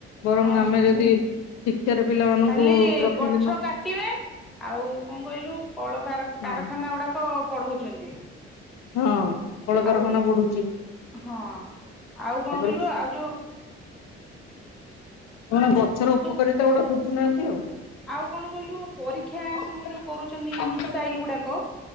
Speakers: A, on the left (about 55°); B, in the centre.
A: ବରଂ
B: ହଁ
A: ଆମେ ଯଦି ଶିକ୍ଷାରେ ପିଲାମାନଙ୍କୁ
B: ଖାଲି
A: ପ୍ରତିଦିନ
B: ଗଛ କାଟିବେ ଆଉ କଣ କଇଲୁ କଳକାରଖା
A: ହଁ
B: କାରଖାନା ଗୁଡାକ ବଢଉଚନ୍ତି।
A: ହଁ। କଳକାରଖାନା
B: ଆଉ
A: ବଢୁଛି
B: ହଁ ଆଉ
A: ତାପରେ
B: କଣ କଇଲୁ ଆଉ ଯୋଉ
A: କଣ ଗଛର ଉପକାରିତା
B: ଯୋଉ
A: ଗୁଡା ବୁ ବୁଝୁ ନାନ୍ତି ଆଉ।
B: ଆଉ କଣ କଇଲୁ ପରୀକ୍ଷା
A: ହଁ
B: ସବୁ ଯୋଉ କରୁଚନ୍ତି ମିସାଇଲ ଗୁଡାକ